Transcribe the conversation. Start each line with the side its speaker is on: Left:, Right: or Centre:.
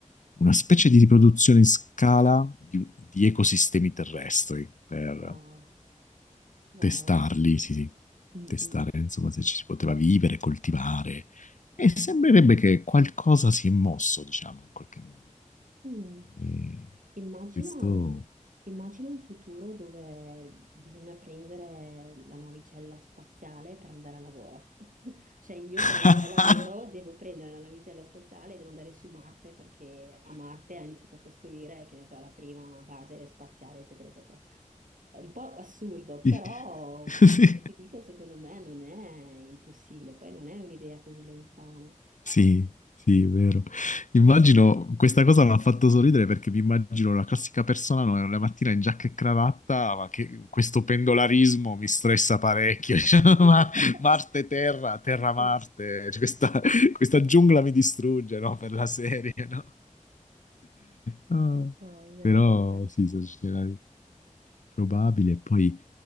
Left: una specie di riproduzione in scala di, di ecosistemi terrestri per
Right: Wow, wow.
Left: testarli, sì, sì,
Right: Mm,
Left: testare
Right: mm,
Left: insomma se ci si poteva vivere, coltivare. E sembrerebbe che qualcosa si è mosso, diciamo, in qualche modo.
Right: Mm.
Left: E
Right: Immagina,
Left: questo...
Right: immagina un futuro dove bisogna prendere la navicella spaziale per andare a lavoro. <laughs> Cioè io
Left: <laughs>
Right: per andare a lavoro devo prendere la navicella spaziale e devo andare su Marte perché a Marte ha iniziato a costruire, che ne so, la prima base spaziale, eccetera, eccetera. È un po' assurdo,
Left: Sì.
Right: però
Left: Sì.
Right: come ti dico, secondo me non è impossibile, poi non è un'idea così lontana.
Left: Sì, sì, è vero. Immagino, questa cosa mi ha fatto sorridere perché mi immagino la classica persona no, la mattina in giacca e cravatta, ma che questo pendolarismo mi stressa parecchio. <laughs> Cioè,
Right: <laughs>
Left: ma Marte-Terra, Terra-Marte,
Right: Sì.
Left: cioè, questa, questa giungla mi distrugge, no, per la serie, no? Ah,
Right: Oh, veramente.
Left: però sì, sono scenari probabili e poi